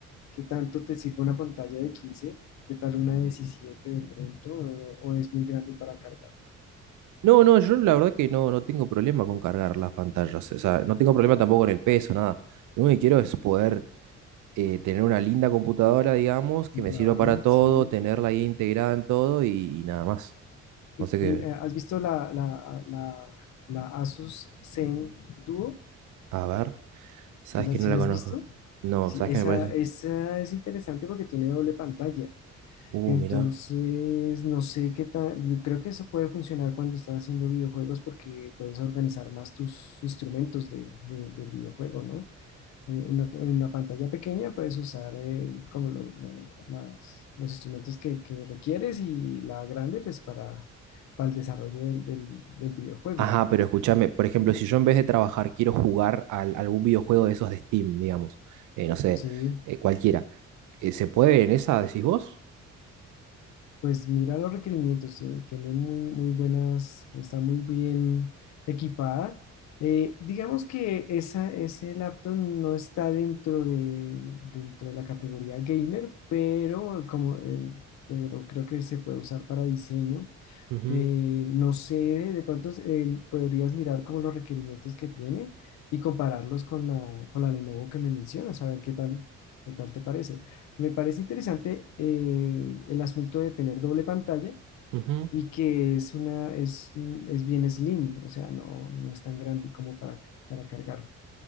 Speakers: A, on the left; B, on the right.
A: ¿Qué tanto te sirve una pantalla de 15? ¿Qué tal una de 17 de pronto? ¿O, o es muy grande para cargar?
B: No, no, yo la verdad que no, no tengo problema con cargar las pantallas. O sea, no tengo problema tampoco con el peso, nada. Lo único que quiero es poder eh, tener una linda computadora, digamos, que me
A: Ya,
B: sirva para todo,
A: sí.
B: tenerla ahí integrada en todo y, y nada más. No sé qué.
A: Y, eh, ¿Has visto la, la, la, la Asus Zen Duo?
B: A ver, sabes
A: ¿Sí la,
B: que
A: sí
B: no la
A: la
B: conozco.
A: has visto?
B: No,
A: Sí,
B: sabes
A: esa,
B: qué me parece.
A: esa es interesante porque tiene doble pantalla.
B: Uh,
A: Entonces,
B: mirá.
A: no sé qué tal, yo creo que eso puede funcionar cuando estás haciendo videojuegos porque puedes organizar más tus instrumentos de, de- del videojuego, ¿no? eh, una, en una pantalla pequeña puedes usar eh, como lo- la- las- los instrumentos que, que requieres y la grande pues para, para el desarrollo del, del- del videojuego.
B: Ajá, pero escúchame, por ejemplo, si yo en vez de trabajar quiero jugar a algún videojuego de esos de Steam, digamos, eh, no sé,
A: Sí,
B: eh, cualquiera, eh, ¿se puede en esa, decís vos?
A: pues mira los requerimientos, tiene, tiene muy, muy buenas, está muy bien equipada. Eh, digamos que esa, ese laptop no está dentro de, dentro de la categoría gamer, pero, como, eh, pero creo que se puede usar para diseño
B: Ujú,
A: Eh, no sé, de pronto eh, podrías mirar como los requerimientos que tiene y compararlos con la, con la Lenovo que me mencionas, a ver qué tal, qué tal te parece. Me parece interesante eh, el asunto de tener doble pantalla
B: ujú.
A: y que es una, es, es bien slim, o sea, no, no es tan grande como para, para cargar.